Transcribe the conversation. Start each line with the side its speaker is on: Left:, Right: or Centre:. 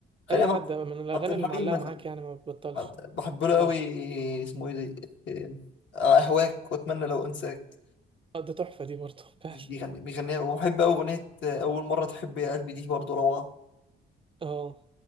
Left: خلينا
Right: اي
Left: في
Right: حد
Left: عبد
Right: من الاغاني
Left: عبد الحليم
Right: اللي معلقة
Left: مثلا
Right: معاك يعني ما بتبطلش
Left: عبد- بحب له قوي
Right: اه
Left: اسمه ايه ده آه، اهواك واتمنى لو انساك
Right: آه، ده تحفة دي برضه <laughs> فعلا
Left: بيغني بيغنيها وبحب أوي أغنية أول مرة تحب يا قلبي دي برضه روعة
Right: اه